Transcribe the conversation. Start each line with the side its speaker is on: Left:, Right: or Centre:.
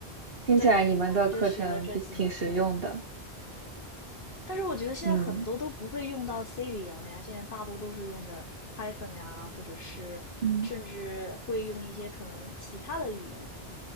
Right: 听起来你们的课程比挺实用的。
Left: 对对对，我们就学了这几门课。但是我觉得现在很多都不会用到
Right: 嗯。
Left: C 语言了呀，现在大多都是用的 Python 呀，或者是甚至会用一些可能其他的语言。
Right: 嗯